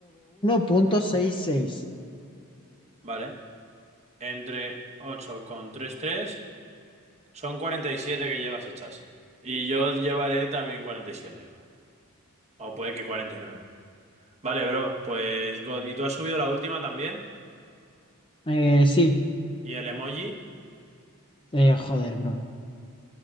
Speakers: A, on the left; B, on the right.
A: 391.66.
B: vale, entre ocho coma treinta y tres. Son 47 que llevas hechas. Y yo llevaré también cuarenta y siete O puede que 49. Vale, bro. Pues God. ¿Y tú has subido la última también?
A: Eh, sí.
B: ¿Y el emoji?
A: Eh, joder, bro.